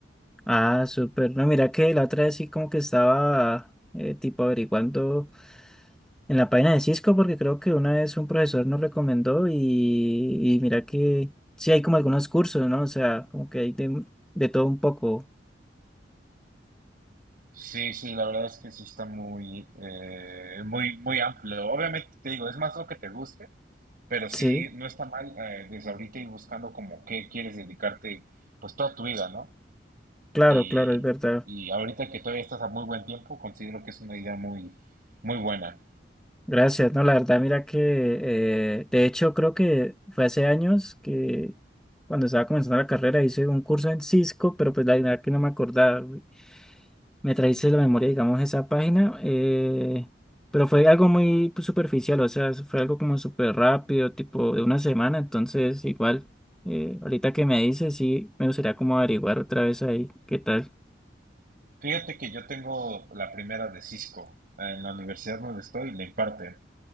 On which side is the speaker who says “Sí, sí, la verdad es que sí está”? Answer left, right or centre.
Right